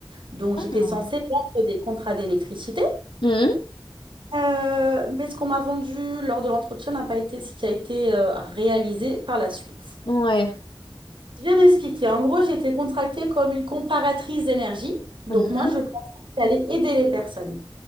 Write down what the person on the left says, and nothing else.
Ah.
Mmh.
Ouais.
Mhm.